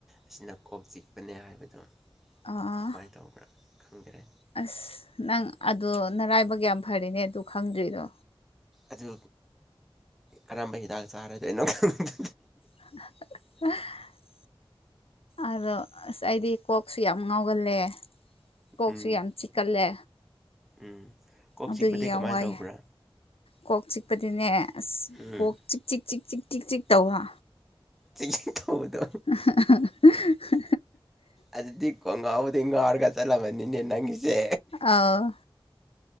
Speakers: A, in the centre; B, on the left (about 85°).
A: ꯑꯁꯤꯅ ꯀꯣꯛ ꯆꯤꯛꯄꯅꯦ ꯍꯥꯏꯕꯗꯣ
B: ꯑꯥ
A: ꯀꯃꯥꯏꯅ ꯇꯧꯕ꯭ꯔꯥ ꯈꯪꯗꯔꯦ
B: ꯑꯁ ꯅꯪ ꯑꯗꯣ ꯅꯔꯥꯏꯕꯛ ꯌꯥꯝ ꯐꯔꯦꯍꯦ ꯑꯗꯨ ꯈꯪꯗ꯭ꯔꯤꯗꯣ
A: ꯑꯗꯨ ꯀꯔꯝꯕ ꯍꯤꯗꯥꯛ ꯆꯥꯔꯗꯣꯏꯅꯣ ꯈꯪꯗꯦ
B: <inaudible> ꯑꯗꯣ ꯑꯁ ꯑꯩꯗꯤ ꯀꯣꯛꯁꯨ ꯌꯥꯝ ꯉꯥꯎꯒꯜꯂꯦ ꯀꯣꯛꯁꯨ
A: ꯎꯝ
B: ꯌꯥꯝ ꯆꯤꯛꯀꯜꯂꯦ
A: ꯎꯝ ꯀꯣꯛ
B: ꯑꯗꯨꯒꯤ
A: ꯆꯤꯛꯄꯗꯤ
B: ꯌꯥꯝ
A: ꯀꯃꯥꯏꯅ
B: ꯋꯥꯏ
A: ꯇꯧꯕ꯭ꯔꯥ
B: ꯀꯣꯛ ꯆꯤꯛꯄꯗꯤꯅꯦ ꯑꯁ
A: ꯎꯝ
B: ꯀꯣꯛ ꯆꯤꯛ ꯆꯤꯛ ꯆꯤꯛ ꯆꯤꯛ ꯆꯤꯛ ꯆꯤꯛ ꯇꯧꯕ
A: ꯆꯤꯛ ꯆꯤꯛ ꯇꯧꯕꯗꯣ
B: <inaudible>
A: ꯑꯗꯨꯗꯤ ꯀꯣꯡꯒꯥꯎꯕꯨꯗꯤ ꯉꯥꯎꯔꯒ ꯆꯠꯂꯝꯕꯅꯤꯅꯦ ꯅꯪꯒꯤꯁꯦ
B: ꯑꯥ